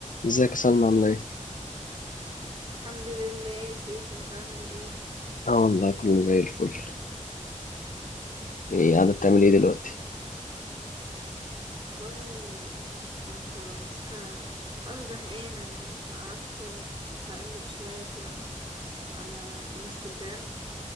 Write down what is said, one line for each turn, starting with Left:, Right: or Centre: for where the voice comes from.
Left: ازيك يا سلمى عاملة ايه؟
Right: الحمد لله سيف انت عامل ايه
Left: اه والله كله زي الفل ايه قاعدة بتعمل ايه دلوقتي؟
Right: والله كنت ماسكة انا زهقانة يعني فقعدت اقلب شوية كده على انستجرام